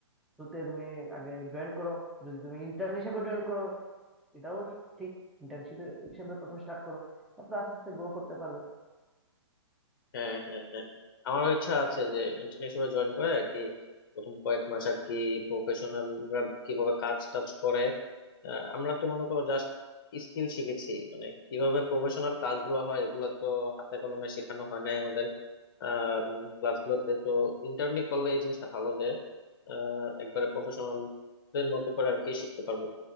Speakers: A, in the centre; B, on the left.
A: থ্রুতে তুমি আগে জয়েন করো যদি তুমি ইন্টার্ন হিসেবে জয়েন করো এটাও ঠিক ইন্টার্নশিপ হিসেবে প্রথম স্টার্ট করো তারপর আস্তে আস্তে গ্রো করতে পারবে
B: হ্যাঁ হ্যাঁ হ্যাঁ আমারও ইচ্ছা আছে যে ইন্টার্নশিপে জয়েন করে আর কি প্রথম কয়েক মাস আর কি প্রফেশনালরা কিভাবে কাজ টাজ করে আহ, আমরা তো মনে করো জাস্ট স্কিল শিখেছি মানে কিভাবে প্রফেশনাল কাজগুলো হয় এগুলো তো হাতে কলমে শেখানো হয় নাই আমাদের আহ ক্লাসগুলোতে তো ইন্টার্নি করলে এই জিনিসটা ভালো যে আহ একবারে প্রফেশনালদের মতো করে আর কি শিখতে পারবো